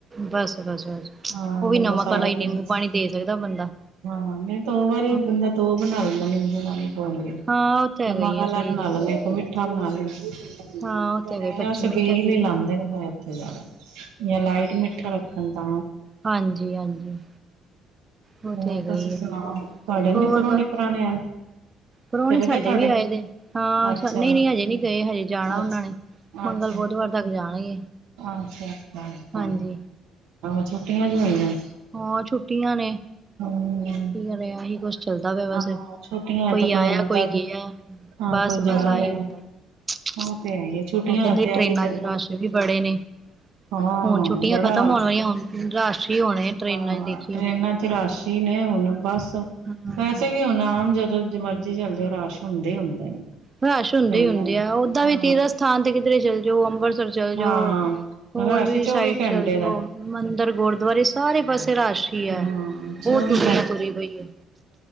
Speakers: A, on the right; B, on the right.
A: ਬਸ ਬਸ ਬਸ
B: ।ਹਾਂ
A: ਉਹ ਵੀ
B: ਬੰਦਾ
A: ਨਮਕ
B: ਸਾਰੇ
A: ਵਾਲਾ ਹੀ ਨਿੰਬੂ
B: ਪੀਦੇਂ।
A: ਪਾਣੀ ਦੇ ਸਕਦਾ ਬੰਦਾ
B: ਹਾਂ ਨਈ ਦੋ ਵਰੀ
A: ਹਾਂ
B: ਬੰਦਾ ਦੋ ਬਣਾ- <unintelligible>
A: ਹਾਂ ਉਹ ਤਾਂ
B: -ਨਮਕ
A: ਹੈਗਾ ਹੀ ਹੈ
B: ਅਲਾ
A: ਸਹੀ
B: ਬਣਾ
A: ਗੱਲ
B: ਲਵੇ ਇਕ ਮਿਠ- ਮਿੱਠਾ ਬਣਾ ਲੈਣ।
A: ਹਾਂ ਉਹ ਤਾਂ ਹੈਗਾ ਬੱਚੇ
B: ਛਬੀਲ
A: ਮਿੱਠੇ ਪੀ
B: ਈ ਲਾਂਦੇ ਨੇ। <inaudible> ਜਾਂ ਲਾਈਟ ਮਿੱਠਾ ਰੱਖਣ ਤਾ
A: ਹਾਂਜੀ ਹਾਂਜੀ ਉਹ
B: ।ਹੋਰ
A: ਤੇ ਹੈਗਾ
B: ਤੁਸੀ
A: ਹੀ ਹੈ
B: ਸੁਣਾਓ ਤੁਆਡੇ ਨੀ
A: ਹੋਰ
B: ਪਰੋਣੇ
A: ਬਸ
B: ਪਰਾਣੇ ਆਏ।
A: ਪ੍ਰਾਹੁਣੇ
B: ਚਲਗੇ
A: ਸਾਡੇ
B: ਤੁਆਡੇ।
A: ਵੀ ਆਏ ਦੇ ਹਾਂ
B: ਅੱਛਾ-
A: ਸ ਨਹੀਂ ਨਹੀਂ ਹਜੇ ਨਹੀਂ ਗਏ ਹਜੇ ਜਾਣਾ
B: ਅਛਾ
A: ਉਹਨਾਂ ਨੇ ਮੰਗਲ
B: -ਅੱਛਾ।
A: ਬੁੱਧਵਾਰ ਤੱਕ ਜਾਣਗੇ
B: ਅੱਛਾ।
A: ਹਾਂਜੀ
B: <inaudible> ਛੁਟੀਆਂ ਜੂ ਹੋਈਆਂ।
A: ਹਾਂ ਛੁੱਟੀਆਂ ਨੇ
B: ਹਮ
A: ਕੀ ਕਰੇ ਏਹੀ ਕੁਛ ਚੱਲਦਾ ਪਿਆ ਬਸ।
B: ਆਹੋ ਛੁੱਟੀਆਂ
A: ਕੋਈ
B: ਤੇ
A: ਆਇਆ
B: ਆਉਂਦਾ
A: ਕੋਈ ਗਿਆ।
B: ਹਾਂ
A: ਬੱਸ
B: ਕੋਈ ਜਾ
A: -ਬੱਸ ਆਹੀ
B: ਰਿਹਾ
A: ਹੁੰਦਾ
B: ਉਹ ਤੇ ਹੈ ਹੀ ਛੁੱਟੀਆਂ
A: ।ਕੇਂਦੇ
B: ਤੇ
A: ਟ੍ਰੇਨਾਂ
B: ਇਹੀ ਚੱਲਦਾ
A: 'ਚ ਰਸ਼ ਵੀ- ਬੜੇ ਨੇ।
B: ਹਾਂ
A: ਹੁਣ ਛੁੱਟੀਆਂ
B: ਬੜਾ
A: ਖਤਮ ਹੋਣ ਵਾਲੀਆਂ ਹੁਣ ਰਸ਼ ਈ ਹੋਣੇ। ਟ੍ਰਰੇਨਾਂ
B: ਹਾਂ-
A: ਚ ਦੇਖੀਓ
B: ਟ੍ਰੇਨਾਂ ਚ ਰਸ਼ ਈ ਨੇ ਹੁਣ ਬਸ।
A: ਹਾਂ
B: ਵੈਸੇ ਵੀ ਹੁਣ ਆਮ ਜਦੋਂ- ਮਰਜ਼ੀ ਚੱਲ ਜਓ ਰਸ਼ ਹੁੰਦੇ ਈ ਹੁੰਦੇ ਨੇ।
A: ਰਸ਼
B: ਟ੍ਰੇਨਾਂ
A: ਹੁੰਦੇ ਈ ਹੁੰਦੇ ਆ ।ਓਦਾਂ
B: ਹਾਂ
A: ਵੀ ਤੀਰਥ ਸਥਾਨ ਤੇ ਕਿਧਰੇ ਚੱਲ ਜਓ ਅੰਮਬਰਸਰ ਚੱਲ ਜਓ-
B: ਹਾਂ
A: ਜੋ ।ਹੋਰ
B: ਰਸ਼
A: ਵੀ
B: ਚੌਵੀ
A: ਸਾਈਡ
B: ਘੰਟੇ
A: ਚੱਲ ਜੋ
B: ਦਾ
A: ਮੰਦਿਰ, ਗੁਰਦੁਆਰੇ ਸਾਰੇ ਪਾਸੇ ਰਸ਼ ਈ ਐ।
B: ਹਾਂ ਚੌਵੀ
A: ਬਹੁਤ ਦੁਨੀਆਂ ਤੁਰੀ ਪਈ ਐ।